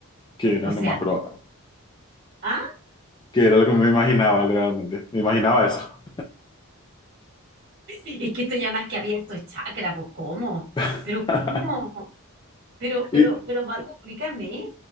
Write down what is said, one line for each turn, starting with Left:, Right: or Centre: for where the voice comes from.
Left: Que era
Right: O
Left: lo
Right: sea,
Left: más probable.
Right: ¿ah?
Left: Que era lo que me imaginaba realmente. Me imaginaba eso.
Right: Es que esto ya más que abierto es chakra, pues ¿cómo?
Left: <laughs>
Right: Pero ¿cómo? Pero, pero,
Left: Y,
Right: pero Osvaldo, explícame,